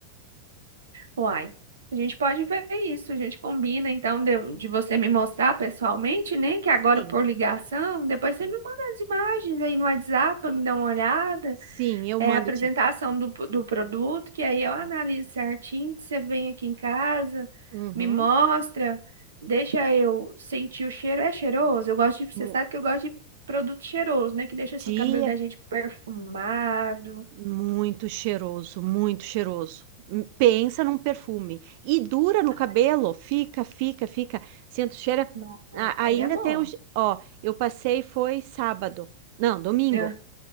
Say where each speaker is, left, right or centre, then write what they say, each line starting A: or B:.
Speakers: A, on the right; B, on the right.
A: Uai, a gente pode ver isso, a gente combina, então, de, de você me mostrar pessoalmente, né? Que agora
B: Sim,
A: por ligação, depois você me manda as imagens aí no WhatsApp pra me dar uma olhada.
B: sim, eu
A: É
B: mando,
A: a apresentação
B: tia.
A: do, do produto, que aí eu analiso certinho. Você vem aqui em casa,
B: Uhum.
A: me mostra, deixa eu sentir o cheiro. É cheiroso? Eu gosto de,
B: Mu-
A: você sabe que eu gosto de produto cheiroso, né? Que deixa assim,
B: Tia,
A: o cabelo da gente perfumado.
B: muito cheiroso, muito cheiroso. Hum, Pensa num perfume. E dura no
A: Ai,
B: cabelo, fica, fica, fica. Sento cheira.
A: nossa.
B: a-
A: Aí
B: ainda
A: é bom.
B: tem um. che- Ó, eu passei foi sábado. Não, domingo.
A: É.